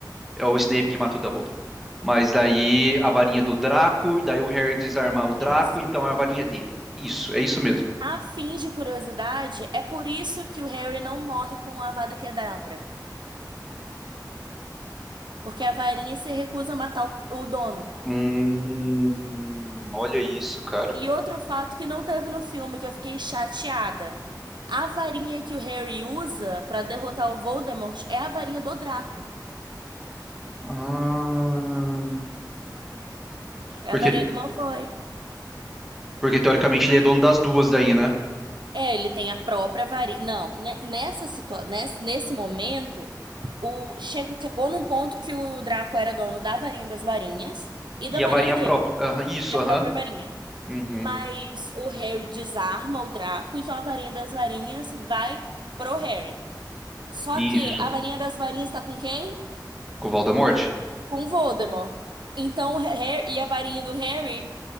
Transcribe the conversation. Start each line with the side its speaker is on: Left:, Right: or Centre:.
Centre: é o Snape que mata o Dumbledore. Mas daí a varinha do Draco, e daí o Harry desarma o Draco,
Right: Isso.
Centre: então é a varinha dele. Isso, é isso mesmo.
Right: A fim de curiosidade, é por isso que o Harry não morre com a Avada Kedavra, porque a varinha se recusa a matar o o dono.
Centre: Hum, olha isso, cara.
Right: E outro fato que não teve no filme, que eu fiquei chateada. A varinha que o Harry usa pra derrotar o Voldemort é a varinha do Draco,
Centre: Ah,
Right: é
Centre: porque,
Right: a varinha do Malfoy.
Centre: porque teoricamente ele é dono das duas daí, né?
Right: É, ele tem a própria varinha. Não, ne- nessa situação, nesse, nesse momento O, chegou, chegou num ponto que o Draco era dono da varinha das varinhas e
Centre: E
Right: da varinha
Centre: a varinha
Right: dele,
Centre: própria. Aham, isso,
Right: e a
Centre: aham.
Right: própria varinha.
Centre: Uhum,
Right: Mas o Harry desarma o Draco, então a varinha das varinhas vai pro Harry. Só
Centre: isso.
Right: que a varinha das varinhas tá com quem?
Centre: Com o Voldemort?
Right: Com Voldemort. Então o Harry e a varinha do Harry,